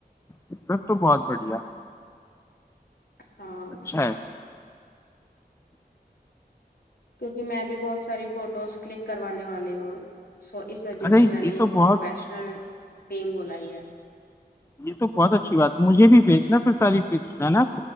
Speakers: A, on the left (about 15°); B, on the left (about 60°).
A: دقت تو بہت بڑھیا
B: ہاں
A: اچھا ہے
B: کیوںکہ میں بھی بہت ساری فوٹوز کلک کروانے والی ہوں سو اس وجہ
A: ارے
B: سے میں
A: یہ
B: نے
A: تو
B: ایک
A: بہت
B: پروفیشنل ٹیم بلائی ہے
A: یہ تو بہت اچھی بات ہے مجھے بھیجنا پھر ساری پکس ہے نا